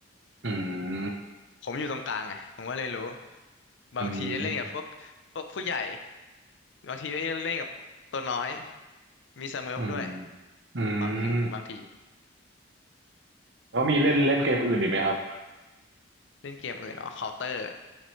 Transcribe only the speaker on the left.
ผมอยู่ตรงกลางไงผมก็เลยรู้บางทีได้เล่นกับพวกพวกผู้ใหญ่
บางทีได้เล่นกับตัวน้อยมีสเมิร์ฟด้วย
บางทีบางที
เล่นเกมอื่นอ๋อเคาน์เตอร์